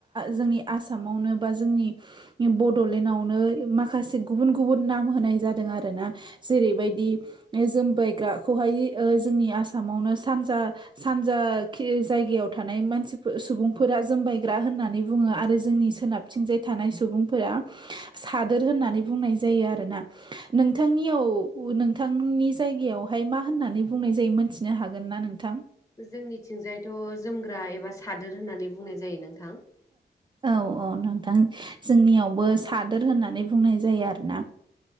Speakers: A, on the right; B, on the left.
A: जोंनि आसामावनो बा जोंनि बड'लेण्डआवनो माखासे गुबुन गुबुन नाम होनाय जादों आरो ना जेरैबायदि जोमबायग्राखौहाय जोंनि आसामावनो सानजा सानजा खि जायगायाव थानाय मानसिफोर सुबुंफोरा जोमबायग्रा होननानै बुङो आरो जोंनि सोनाब थिंजाय थानाय सुबुंफोरा सादोर होननानै बुंनाय जायो आरोना नोंथांनियाव नोंथांनि जायगायावहाय मा होननानै बुंनाय जायो मोन थिनो हागोन ना नोंथां?
B: जोंनिथिंजायथ' जोमग्रा एबा सादोर होननानै बुंनाय जायो नोंथां।
A: औ औ नोंथां जोंनियावबो सादोर होननानै बुंनाय जायो आरोना।